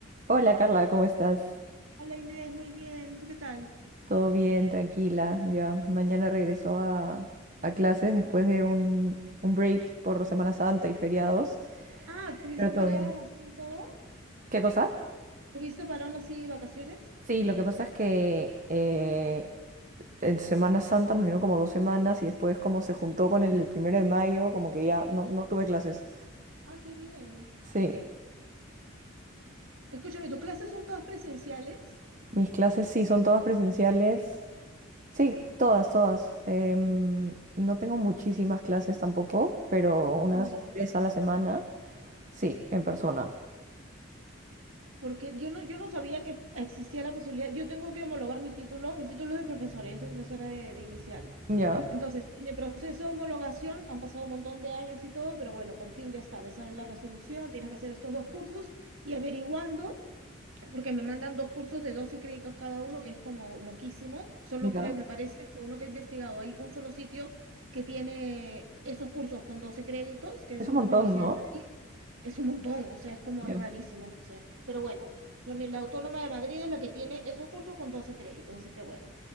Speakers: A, on the right; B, on the right.
A: Hola Carla, ¿cómo estás?
B: Hola Inés, muy bien. ¿Tú qué tal?
A: ¿Todo bien? Tranquila. Ya mañana regreso a, a clases después de un, un break por Semana Santa y feriados,
B: Ah, ¿tuviste
A: pero
B: parado
A: todo bien.
B: así en todo?
A: ¿Qué cosa?
B: ¿Tuviste parón así vacaciones?
A: Sí, lo que pasa es que eh, en Semana Santa nos dieron como dos semanas y después como se juntó con el, primero de mayo, como que ya no,
B: Sí.
A: no tuve clases.
B: Ah, qué bien.
A: Sí,
B: Escúchame, ¿tus clases son todas presenciales?
A: mis clases sí, son todas presenciales. Sí, todas, todas. Em, no tengo muchísimas clases tampoco, pero unas
B: Ya.
A: tres a la semana. Sí, en persona.
B: Porque yo no, yo no sabía que existía la posibilidad. Yo tengo que homologar mi título. Mi título es de profesora, yo soy profesora de, de inicial.
A: Ya,
B: Entonces, en el proceso de homologación han pasado un montón de años y todo, pero bueno, por fin ya está. Me sale la resolución, tienes que hacer estos dos cursos y averiguando. porque me mandan dos cursos de 12 créditos cada uno, que es como loquísimo. Solo
A: ya.
B: creo, me parece, según lo que he investigado, hay un solo sitio que tiene esos cursos con 12 créditos, que es
A: Es un
B: una
A: montón,
B: universidad
A: ¿no?
B: es un montón, o sea, es como
A: Ya.
B: es rarísimo, no sé. Pero bueno, la la Autónoma de Madrid es la que tiene esos cursos con 12 créditos, así que bueno.